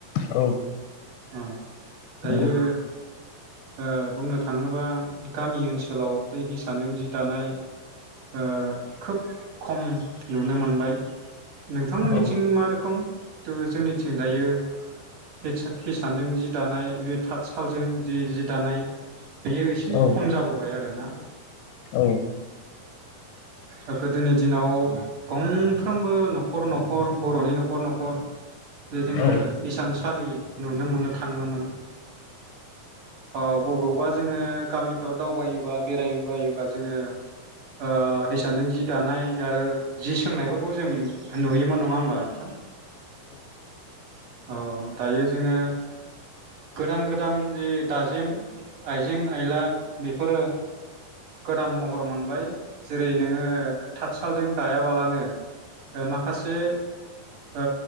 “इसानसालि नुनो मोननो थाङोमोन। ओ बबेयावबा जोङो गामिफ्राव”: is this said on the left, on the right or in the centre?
Right